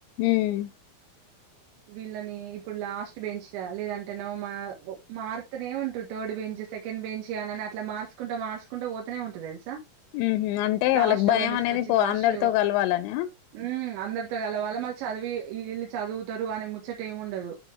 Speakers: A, on the left; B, on the right.
A: ఉమ్.
B: వీళ్ళనీ ఇప్పుడు లాస్ట్ బెంచ్గ లేదంటేనో మనో మార్తనే ఉంటరు థర్డ్ బెంచ్. సెకెండ్ బేంచీ అని అట్ల మార్సుకుంటా మార్సుకుంటా పోతనే ఉంటరు తెల్సా.
A: ఉహు అంటే
B: లాస్ట్
A: వాళ్ళకి భయం
B: ఓకళ్లను తీసుకొచ్చి
A: అనేది పో
B: ఫస్ట్.
A: అందరితో కలవాలనా
B: ఉమ్ అందరితో కలవాలి మళ్ళీ చ. ఇవి ఇళ్ళు చదువుతరు అనే ముచ్చట ఏమి ఉండదు